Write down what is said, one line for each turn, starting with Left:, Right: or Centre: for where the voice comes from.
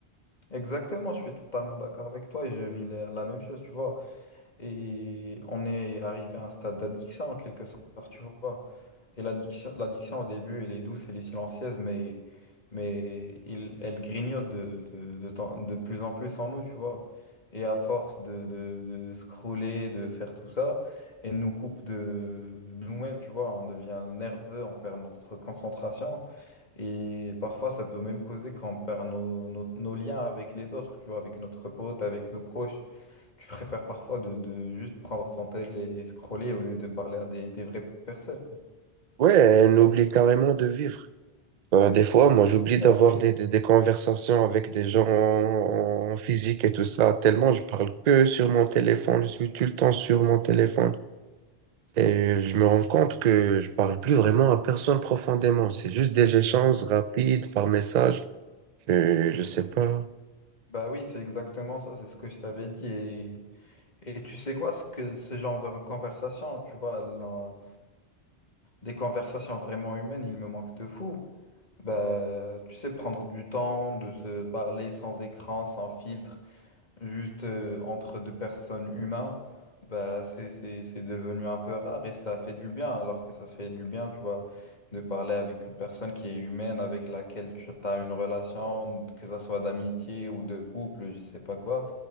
Left: Exactement, je suis totalement d'accord avec toi et je vis la, la même chose, tu vois. Et on est arrivé à un stade d'addiction en quelque sorte, tu vois. Et l'addiction, l'addiction au début, elle est douce, elle est silencieuse, mais, mais il- elle grignote de, de, de, temps- de plus en plus en nous, tu vois. Et à force de, de, de scroller, de faire tout ça, elle nous coupe de, de nous-mêmes, tu vois. On devient nerveux, on perd notre concentration. Et parfois, ça peut même causer qu'on perd nos, nos, nos liens avec les autres, tu vois, avec notre pote, avec nos proches. Tu préfères parfois de, de juste prendre ton tel et scroller au lieu de parler à des, des vraies personnes.
Right: Ouais, elle oublie carrément de vivre. Ben, des fois, moi, j'oublie
Left: Bah
Right: d'avoir
Left: oui.
Right: des, des, des conversations avec des gens en, en physique et tout ça, tellement je parle que sur mon téléphone, je suis tout le temps sur mon téléphone. Et je me rends compte que je parle plus vraiment à personne profondément. C'est juste des échanges rapides par message. Je, je sais pas.
Left: Bah oui, c'est exactement ça, c'est ce que je t'avais dit. Et, et tu sais quoi, ce que ce genre de conversation, tu vois, la- des conversations vraiment humaines, il me manque de fou. Bah, tu sais, prendre du temps de se parler sans écran, sans filtre. juste euh, entre deux personnes humaines, bah, c'est, c'est, c'est devenu un peu rare et ça fait du bien, alors que ça fait du bien, tu vois, de parler avec une personne qui est humaine, avec laquelle tu as une relation, que ça soit d'amitié ou de couple, je sais pas quoi,